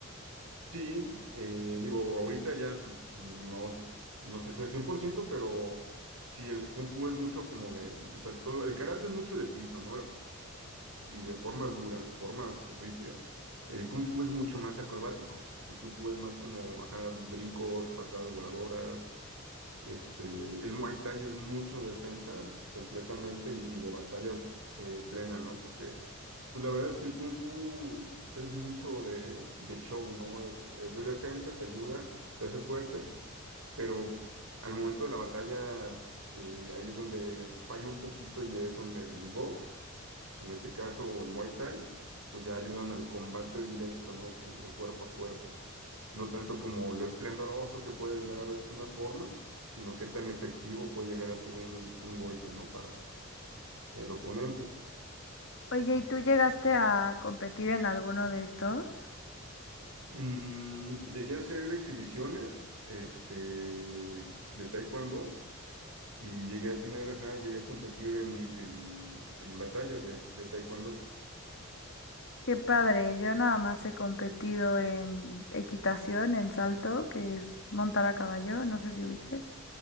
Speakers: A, on the right; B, on the left.
A: Sí, eh, digo, ahorita ya no, no sé si al 100%, pero sí, el Kung Fu es mucho como de, o sea, todo, lo- el karate es mucho de piso, ¿no? Y de formas duras, formas rígidas. El Kung Fu es mucho más acrobático. El Kung Fu es más como, ajá, brincos, patadas voladoras, este, el Muay Thai es mucho defensa completamente y, y de batalla eh, plena, ¿no? Porque, pues la verdad es que el Kung Fu pues, es mucho de, de show, ¿no? Es, es de defensa, te ayuda, te hace fuerte, pero al momento de la batalla eh, ahí es donde falla un poquito y es donde el box en este caso, o el Muay Thai, pues ya ayudan al combate directo, ¿no? Con, de cuerpo a cuerpo. No tanto como lo esplendoroso que puede llegar a verse una forma, sino qué tan efectivo puede llegar a ser un, un golpe, ¿no? Para el oponente.
B: Oye, ¿y tú llegaste a competir en alguno de estos?
A: Mm, llegué a hacer exhibiciones, este, de taekwondo y llegué a tener, ajá, llegué a competir en, en, en batallas de, de taekwondo.
B: Qué padre, yo nada más he competido en equitación, en salto, que es montar a caballo, no sé si ubiques.